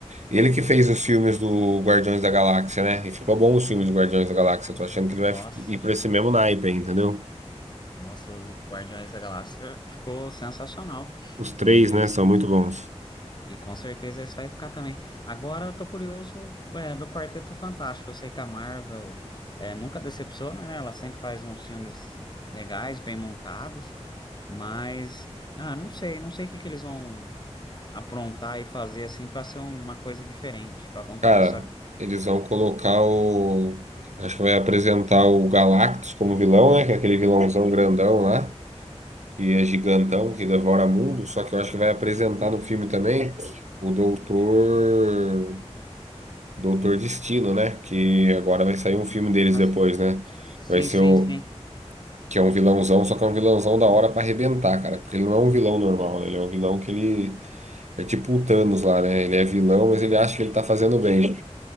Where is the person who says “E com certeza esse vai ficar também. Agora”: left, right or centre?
Left